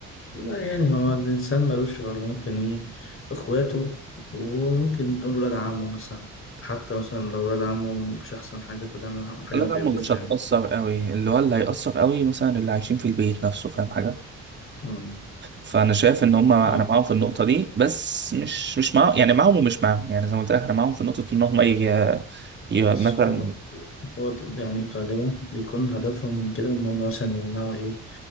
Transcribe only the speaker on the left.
لا يعني هو الإنسان ملوش غير ممكن إيه إخواته وممكن تقول ولاد عمه مثلا حتى مثلا لو ولاد عمه مش أحسن حاجة فده ما- حاجة
ما
تعبوش
يعني
أمم.
اه
بس
هو هو يعني غالبا بيكون هدفهم من كده إن هم مثلا يمنعوا إيه